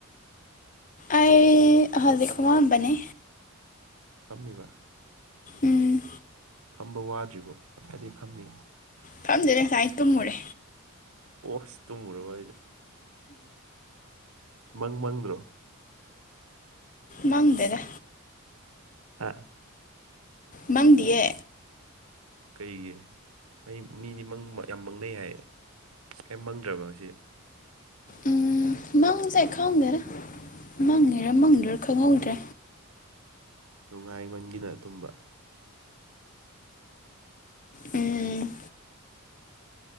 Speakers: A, on the left; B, on the right.
A: ꯑꯩ ꯍꯧꯖꯤꯛ ꯐꯝꯃꯝꯕꯅꯤ
B: ꯐꯝꯃꯤꯕ
A: ꯎꯝ
B: ꯐꯝꯕ ꯋꯥꯗ꯭ꯔꯤꯕꯣ ꯉꯁꯥꯏꯗꯒꯤ ꯐꯝꯃꯤ
A: ꯈꯝꯗꯦꯗ ꯉꯁꯥꯏꯗꯩ ꯇꯨꯝꯃꯨꯔꯦ
B: ꯑꯣꯁ ꯇꯨꯝꯃꯨꯔꯕꯣ ꯍꯥꯏꯁꯦ ꯃꯪ ꯃꯪꯗ꯭ꯔꯣ
A: ꯃꯪꯗꯦꯗ
B: ꯍꯥꯥ
A: ꯃꯪꯗꯤꯌꯦ
B: ꯀꯩꯒꯤ ꯃꯤꯗꯤ ꯃꯪ ꯌꯥꯝ ꯃꯪꯅꯩ ꯍꯥꯏꯌꯦ ꯀꯩꯌꯝ ꯃꯪꯗ꯭ꯔꯕ ꯉꯁꯤ
A: ꯎꯝ ꯃꯪꯁꯦ ꯈꯪꯗꯦꯗ ꯃꯪꯉꯤꯔꯥ ꯃꯪꯗ꯭ꯔꯤꯔꯥ ꯈꯪꯍꯧꯗ꯭ꯔꯦ
B: ꯅꯨꯡꯉꯥꯏꯃꯟꯒꯤꯗꯅ ꯇꯨꯝꯕ
A: ꯎꯝ